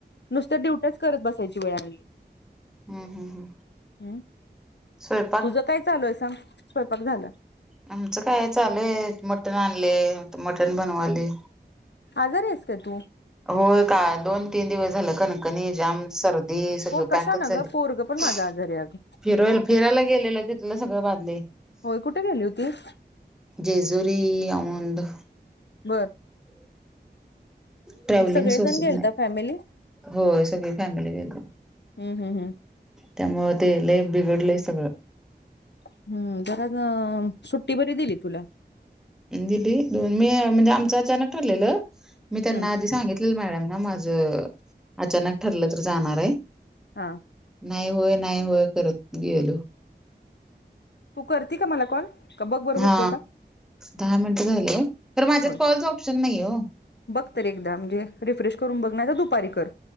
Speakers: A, on the left; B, in the centre.
A: नुस्त्या ड्युटयाच करत बसायची वेळ आणली.
B: हम्म हम्म हम्म.
A: हम्म
B: स्वयंपाक
A: तुझं काय चालूय सांग? स्वयंपाक झाला.
B: आमचं काय चालूय मटण आणलय मटण बनवाले.
A: आजारी आहेस का तू?
B: होय का दोन तीन दिवस झालं कणकणी जाम सर दी सगळं
A: हो कशा
B: पॅकच
A: ना
B: झाले
A: गं पोरगं पण माझं आजारी आहे अगं
B: फिरवायला फिरायला गेलेलं तिथलं सगळं बाधलय.
A: होय कुठे गेली होतीस?
B: जेजुरी औंध.
A: बर
B: ट्रॅव्हलिंग
A: मग सगळेजण
B: सोसत
A: गेलता
B: नाही,
A: फॅमिली
B: होय सगळी फॅमिली गेल
A: हम्म हम्म हम्म
B: त्यामुळं ते लय बिघडलंय सगळं.
A: हम्म, <unintelligible> सुट्टी बरी दिली तुला.
B: दिली, दोन मी म्हणजे आमचं अचानक ठरलेलं, मी त्यांना
A: हम्म
B: आधी सांगित की मॅडम ना माझं अचानक ठरलं तर जाणार आहे.
A: हा
B: नाही होय नाही होय करत गेलो.
A: तू करते का मला कॉल? का बघ बरं होतोय
B: हा
A: का
B: दहा मिनिट झाले, तर माझ्यात
A: होय
B: कॉलच ऑप्शन नाही हो.
A: बघ तर एकदा म्हणजे, रिफ्रेश करून बघ नाहीतर दुपारी कर.